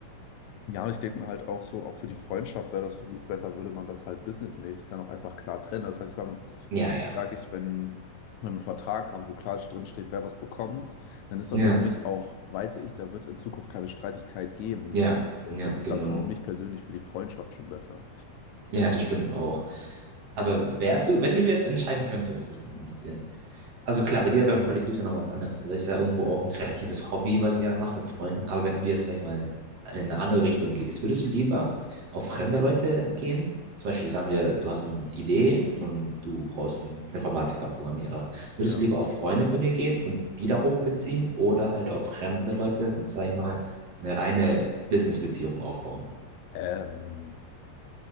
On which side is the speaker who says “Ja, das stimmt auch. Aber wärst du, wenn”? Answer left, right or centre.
Right